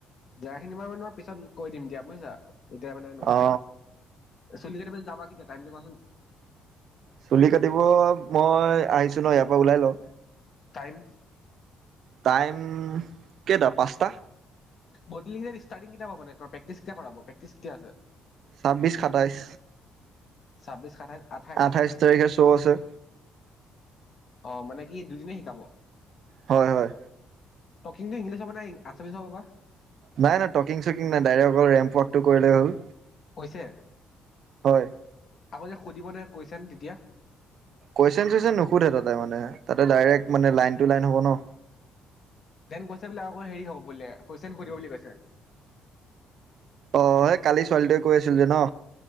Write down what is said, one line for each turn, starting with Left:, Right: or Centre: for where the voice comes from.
Left: জেগাখিনি মান মানে মই পিছত কৈ দিম দিয়া বুজিছা। এতিয়া মানে নোৱাৰো।
Right: অ
Left: চুলি কাটিবলে যাবা কেতিয়া টাইমটো কোৱাচোন।
Right: চুলি কাটিব মই আহিছো ন ইয়াৰ পৰা ওলাই লওঁ।
Left: টাইম।
Right: টাইম কেইটা পাঁচটা।
Left: মডেলিং ষ্টাৰ্টিং কেতিয়া কৰাব ত প্ৰেক্টিচ কেতিয়া কৰাব প্ৰেকটিচ কেতিয়া আছে?
Right: ছাব্বিছ সাতাইছ।
Left: ছাব্বিছ, সাতাইশ, আঠাইছ
Right: আঠাইশ তাৰিখে শ্ব' আছে।
Left: অ' মানে কি দুদিনে শিকাব।
Right: হয় হয়।
Left: টকিংটো ইংলিছ হব নে আচামিচ হব বা।
Right: নাই নাই টকিং চকিং নাই ডাইৰেক্ট অকল ৰেম্প ৱকটো কৰিলে হ'ল।
Left: কৈছে?
Right: হয়
Left: আকৌ যে সুধিব নে কোৱেচন তেতিয়া।
Right: কোৱেচন চোৱেচন নুখোধহে তাতে মানে তাতে ডাইৰেক্ট মানে লাইন টু লাইন হ'ব ন।
Left: দেন কৈছে বোলে আকৌ হেৰি হ'ব বোলে কোৱেচন সুধিব বুলি কৈছে।
Right: অ' সেই কালি ছোৱালীটোৱে কৈ আছিল যে ন।